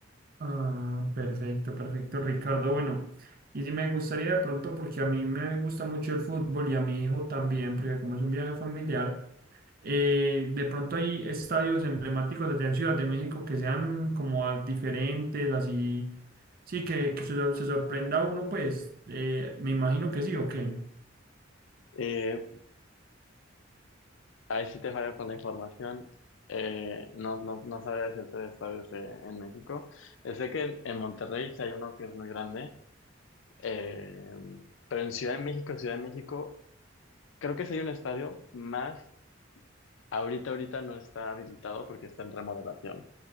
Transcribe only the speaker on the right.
Ah, perfecto, perfecto, Ricardo. Bueno, y si me gustaría de pronto, porque a mí me gusta mucho el fútbol y a mi hijo también, porque como es un viaje familiar, eh, de pronto hay estadios emblemáticos allá en Ciudad de México que sean como a- diferentes, así, sí, que, que se, sor- se sorprenda uno, pues, eh, me imagino que sí, ¿o qué?